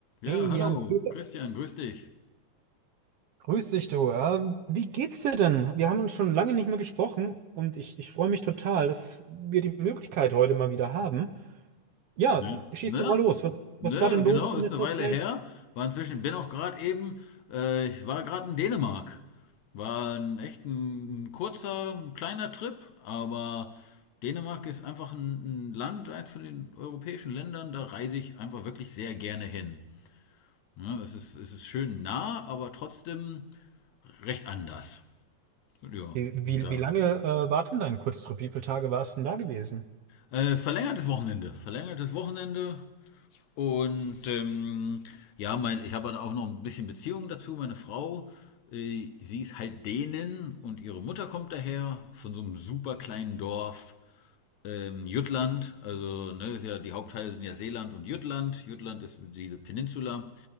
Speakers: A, on the left; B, on the right.
A: Ja,
B: Hey
A: hallo,
B: Jan-Peter,
A: Christian, grüß dich.
B: grüß dich du. Ähm, wie geht's dir denn? Wir haben uns schon lange nicht mehr gesprochen und ich, ich freue mich total, dass wir die Möglichkeit heute mal wieder haben. Ja,
A: Ne?
B: schieß
A: Ne?
B: du mal los. Was,
A: Ne,
B: was war denn
A: genau,
B: los in
A: ist
B: letzter
A: eine Weile
B: Zeit?
A: her. War inzwischen, bin auch gerade eben, äh, ich war gerade in Dänemark. War ein echt ein, ein kurzer, ein kleiner Trip, aber Dänemark ist einfach ein, ein Land, eins von den europäischen Ländern, da reise ich einfach wirklich sehr gerne hin. Ne, es ist, es ist schön nah, aber trotzdem recht anders. Ja,
B: Wie,
A: und
B: wie,
A: da.
B: wie lange äh, war denn dein Kurztrip? Wie viele Tage warst du denn da gewesen?
A: Äh, verlängertes Wochenende. Verlängertes Wochenende Und ähm, ja, mein, ich habe dann auch noch ein bisschen Beziehung dazu. Meine Frau, äh, sie ist halt Dänen und ihre Mutter kommt daher von so einem super kleinen Dorf ähm, Jutland, also ne, ist ja, die Hauptteile sind ja Seeland und Jütland. Jütland ist diese Peninsula